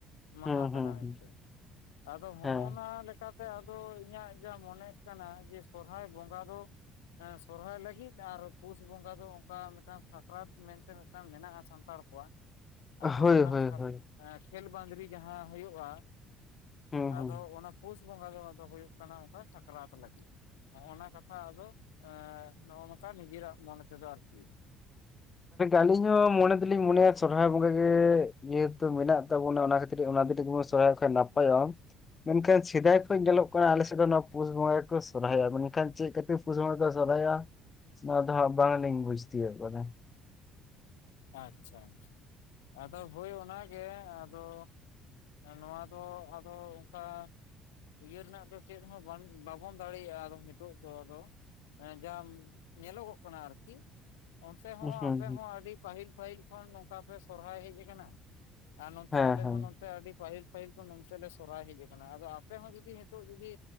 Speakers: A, on the left (about 85°); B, on the left (about 35°).
A: ᱢᱟᱦᱟ
B: ᱦᱮᱸ
A: ᱟᱠᱟᱱᱟ
B: ᱦᱮᱸ
A: ᱢᱮᱱ ᱛᱮ ᱟᱫᱚ ᱦᱚᱸ
B: ᱦᱮᱸ
A: ᱱᱟ ᱞᱮᱠᱟ ᱾ ᱤᱧᱟᱜ ᱡᱟ ᱢᱚᱱᱮᱜ ᱠᱟᱱᱟ ᱡᱮ ᱥᱚᱨᱦᱟᱭ ᱵᱚᱸᱜᱟ ᱫᱚ ᱥᱚᱨᱦᱟᱭ ᱞᱟᱹᱜᱤᱫ ᱟᱨ ᱯᱩᱥ ᱵᱚᱸᱜᱟ ᱫᱚ ᱚᱱᱠᱟ ᱢᱤᱫᱴᱟᱝ ᱥᱟᱠᱨᱟᱛ ᱢᱮᱱᱛᱮ ᱢᱮᱱᱟᱜᱼᱟ ᱥᱟᱱᱛᱟᱲ ᱠᱚᱣᱟᱜ ᱟᱫᱚ
B: ᱦᱳᱭ
A: ᱚᱱᱟ
B: ᱦᱳᱭ
A: ᱪᱷᱟ
B: ᱦᱳᱭ
A: ᱠᱷᱮᱞ ᱵᱟᱸᱫᱽᱨᱤ ᱡᱟᱦᱟᱸ ᱦᱩᱭᱩᱜᱼᱟ᱾
B: ᱦᱩᱸ ᱦᱩᱸ
A: ᱟᱫᱚ ᱚᱱᱟ ᱯᱩᱥ ᱵᱚᱸᱜᱟ ᱟᱫᱚ ᱦᱩᱭᱩᱜ ᱠᱟᱱᱟ ᱚᱝᱠᱟ ᱥᱟᱠᱨᱟᱛ ᱞᱟᱹᱜᱤᱫ᱾ ᱱᱚᱜᱚᱱᱟ ᱠᱟᱛᱷᱟ ᱟᱫᱚ ᱱᱚᱜᱚ ᱱᱚᱠᱟ ᱱᱤᱡᱮ ᱨᱟᱜ ᱢᱚᱱᱮ ᱛᱮᱫᱚ ᱟᱨ ᱠᱤ
B: ᱟᱹᱞᱤᱧ ᱦᱚᱸ ᱢᱚᱱᱮ ᱫᱚᱞᱤᱧ ᱢᱚᱱᱮᱭᱟ ᱥᱚᱨᱦᱟᱭ ᱵᱚᱸᱜᱟ ᱜᱮ ᱡᱮᱦᱮᱛᱩ ᱢᱮᱱᱟᱜ ᱛᱟᱵᱚᱱᱟ ᱚᱱᱟ ᱠᱷᱟᱹᱛ ᱚᱱᱟ ᱫᱤᱱ ᱨᱮᱜᱮ ᱵᱚ ᱥᱚᱨᱦᱟᱭᱚᱜ ᱠᱷᱟᱡ ᱱᱟᱯᱟᱭᱚᱜᱼᱟ ᱾ ᱢᱮᱱᱠᱷᱟᱱ ᱥᱮᱫᱟᱭ ᱠᱷᱚᱡ ᱧᱮᱞᱚᱜ ᱠᱟᱱᱟ ᱟᱞᱮ ᱥᱮᱫ ᱫᱚ ᱱᱚᱣᱟ ᱯᱩᱥ ᱵᱚᱸᱜᱟ ᱜᱮᱠᱚ ᱥᱚᱨᱦᱟᱭᱚᱜ ᱢᱮᱱ ᱠᱷᱟᱱ ᱪᱮᱫ ᱠᱷᱟᱹᱛᱤᱨ ᱯᱩᱥᱤ ᱵᱚᱸᱜᱟ ᱨᱮᱠᱚ ᱥᱚᱨᱦᱟᱭᱚᱜ-ᱟ ᱱᱚᱣᱟ ᱫᱚ ᱦᱟᱸᱜ ᱵᱟᱝ ᱞᱤᱧ ᱵᱩᱡᱽ ᱛᱤᱭᱳᱜ ᱠᱟᱫᱟ᱾
A: ᱟᱪᱪᱷᱟ ᱟᱪᱪᱷᱟ ᱟᱫᱚ ᱦᱳᱭ ᱚᱱᱟ ᱜᱮ ᱟᱫᱚ ᱱᱚᱣᱟ ᱫᱚ ᱟᱫᱚ ᱩᱠᱟ ᱤᱭᱟᱹ ᱨᱮᱱᱟᱜ ᱫᱚ ᱪᱮᱫ ᱦᱚᱸ ᱵᱟᱱ ᱵᱟᱵᱚᱱ ᱫᱟᱲᱮᱭᱟᱜᱼᱟ ᱟᱫᱚ ᱱᱤᱛᱚᱜ ᱫᱚ ᱟᱫᱚ ᱡᱟᱢ ᱧᱮᱞᱚᱜᱚᱜ ᱠᱟᱱᱟ ᱟᱨᱠᱤ ᱚᱱᱛᱮ ᱦᱚᱸ
B: ᱦᱩᱸ ᱦᱩᱸ
A: ᱟᱯᱮ ᱦᱚᱸ ᱟᱹᱰᱤ ᱯᱟᱹᱦᱤᱞ ᱯᱟᱹᱦᱤᱞ ᱠᱷᱚᱱ ᱱᱚᱝᱠᱟ ᱯᱮ ᱥᱚᱨᱦᱟᱭ ᱦᱮᱡ ᱟᱠᱟᱱᱟ᱾ ᱟᱨ ᱱᱚᱱᱛᱮ
B: ᱦᱮᱸ
A: ᱟᱞᱮ
B: ᱦᱮᱸ
A: ᱦᱚᱸ ᱱᱚ ᱯᱮ ᱟᱹᱰᱤ ᱯᱟᱹᱦᱤᱞ ᱯᱟᱹᱦᱤᱞ ᱠᱚᱱ ᱱᱚᱛᱮ ᱞᱮ ᱥᱚᱨᱦᱟᱭ ᱦᱮᱡ ᱟᱠᱟᱱᱟ ᱟᱫᱚ ᱟᱯᱮ ᱦᱚᱸ ᱡᱩᱫᱤ ᱱᱤᱛᱚᱜ ᱡᱩᱫᱤ